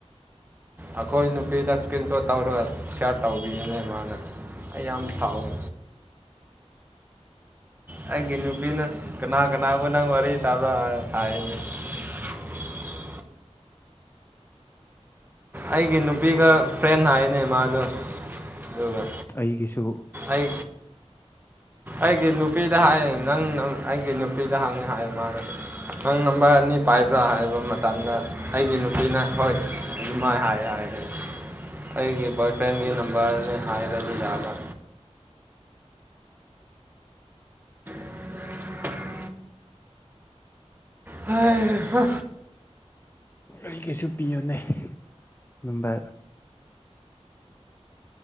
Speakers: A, on the right (about 15°); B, on the left (about 20°).
A: ꯑꯩꯈꯣꯏ ꯅꯨꯄꯤꯗ ꯏꯁꯀ꯭ꯔꯤꯟ ꯁꯣꯠ ꯇꯧꯔ ꯁꯔꯠ ꯇꯧꯕꯤꯅꯦ ꯃꯥꯅ ꯑꯩ ꯌꯥꯝ ꯁꯥꯎꯋꯦ ꯑꯩꯒꯤ ꯅꯨꯄꯤꯅ ꯀꯅꯥ ꯀꯅꯥꯕꯨ ꯅꯪ ꯋꯥꯔꯤ ꯁꯥꯕ꯭ꯔ ꯍꯥꯏꯅꯦ <unintelligible> ꯑꯩꯒꯤ ꯅꯨꯄꯤꯒ ꯐ꯭ꯔꯦꯟ ꯍꯥꯏꯅꯦ ꯃꯥꯗꯣ ꯌꯣꯒ
B: ꯑꯩꯒꯤꯁꯨ
A: ꯑꯩ ꯑꯩꯒꯤ ꯅꯨꯄꯤꯗ ꯍꯥꯏ ꯅꯪ ꯑꯩꯒꯤ ꯅꯨꯄꯤꯗ ꯍꯪꯉꯦ ꯍꯥꯏ ꯃꯥꯅꯦ ꯅꯪ ꯅꯝꯕꯔ ꯑꯅꯤ ꯄꯥꯏꯕ꯭ꯔꯥ ꯍꯥꯏꯕ ꯃꯇꯝꯗ ꯑꯩꯒꯤ ꯅꯨꯄꯤꯅ ꯍꯣꯏ ꯑꯗꯨꯃꯥꯏ ꯍꯥꯏ ꯍꯥꯏꯔꯦ ꯑꯩꯒꯤ ꯕꯣꯏ ꯐ꯭ꯔꯦꯟꯒꯤ ꯅꯝꯕꯔꯅꯦ ꯍꯥꯏꯔꯗꯤ ꯌꯥꯕ꯭ꯔꯥ ꯎꯝ ꯍ ꯍꯣ
B: ꯀꯔꯤ ꯀꯩꯁꯨ ꯄꯤꯌꯣꯅꯦ ꯑꯗꯨꯅꯨꯡꯕꯥ